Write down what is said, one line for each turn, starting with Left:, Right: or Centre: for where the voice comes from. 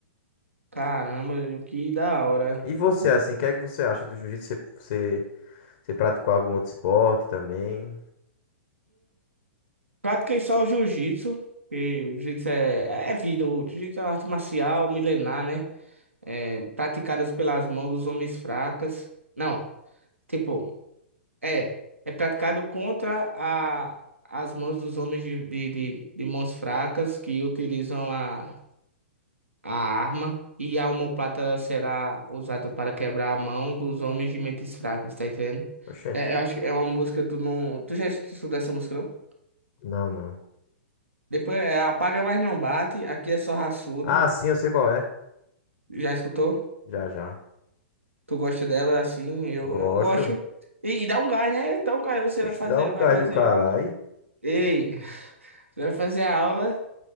Right: caramba, doido, que da hora.
Left: E você,
Right: Tu
Left: assim, o que é que você acha do jiu-jitsu? Você, você, você praticou algum outro esporte também?
Right: Pratiquei só o jiu-jitsu, que o jiu-jitsu é, é vida, o jiu-jitsu é uma arte marcial milenar, né? É, praticadas pelas mãos dos homens fracas. Não, tipo, é, é praticado contra a, as mãos dos homens de, de, de, de mãos fracas que utilizam a, a arma e a omoplata será usada para quebrar a mão dos homens de mentes fracas, tá entendendo?
Left: Oxente.
Right: É, eu acho que é uma música, tu não... Tu já estudou essa música, não?
Left: Não, não.
Right: Depois é Apaga Mas Não Bate, aqui é só raçudo.
Left: Ah, sim, eu sei qual é.
Right: Já escutou?
Left: Já, já.
Right: Tu gosta dela assim? Eu,
Left: Gosto.
Right: eu gosto. E, e dá um gás, né? Dá um gás, você
Left: Oxe,
Right: vai fazer,
Left: dá um
Right: vai
Left: gás
Right: fazer
Left: do caralho.
Right: a aula. Ei, <laughs> você vai fazer a aula